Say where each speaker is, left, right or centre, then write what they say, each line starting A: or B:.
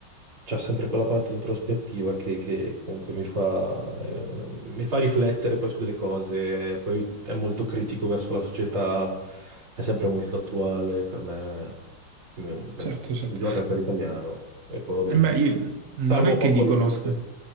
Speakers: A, on the right; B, on the right.
A: c'ha sempre quella parte introspettiva che, che comunque mi fa, eh, mi fa riflettere poi su delle cose, poi è molto critico verso la società, è sempre molto attuale per me mm, penso,
B: certo, certo.
A: miglior rapper italiano. E poi vabbè,
B: Eh
A: Sa-
B: Beh, io non
A: Salmo
B: è
A: fa
B: che
A: un
B: li
A: po'
B: conosca.
A: di tutto.